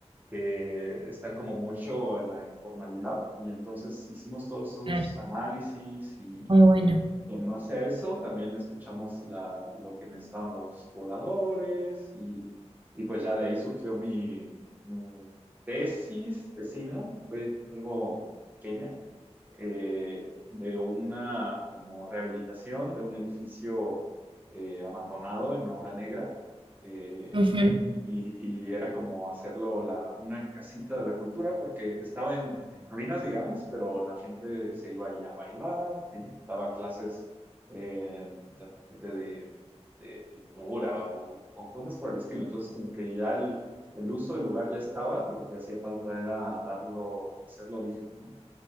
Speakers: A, on the right; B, on the right.
A: que están como mucho en la informalidad y entonces hicimos todos esos
B: claro,
A: análisis y
B: muy bueno.
A: y en base a eso también escuchamos la, lo que necesitaban los pobladores y, y pues ya de ahí surgió mi, mi tesis, tesina, fue algo pequeña, eh, de una como rehabilitación de un edificio eh, abandonado en Obra Negra. eh,
B: Ujú.
A: y, y era como hacerlo la, una casita de la cultura porque estaba en, en ruinas, digamos, pero la gente se iba ahí a bailar y daban clases eh, de repente de, de pintura o, o cosas por el estilo. Entonces, como que ya el, el uso del lugar ya estaba, lo que hacía falta era darlo, hacerlo digno, ¿no?